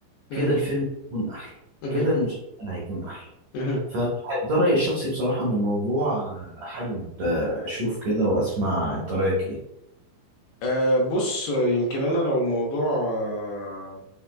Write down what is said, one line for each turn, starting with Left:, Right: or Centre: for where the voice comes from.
Right: كده
Left: مهم،
Right: الفيلم هيكون أحلى
Left: مهم،
Right: كده المسلسل هيكون أحلى
Left: مهم.
Right: فمش عارف ده رأيي الشخصي بصراحة عن الموضوع آه، حابب آه، أشوف كده وأسمع أنت رأيك إيه
Left: أه بص آه، يمكن أنا لو الموضوع آه،